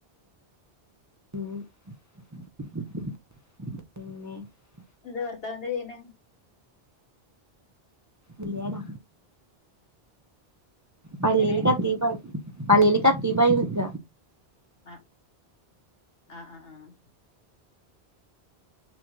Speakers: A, on the right; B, on the left.
A: <inaudible>
B: നിന്റെ ഭർത്താവെന്താ ചെയ്യണ
A: ഇല്ലയടാ പള്ളില്
B: എങ്ങനെ
A: കത്തിബ പള്ളില് കത്തിബായി നിക്ക
B: ആ ആ ആഹ് ആഹ്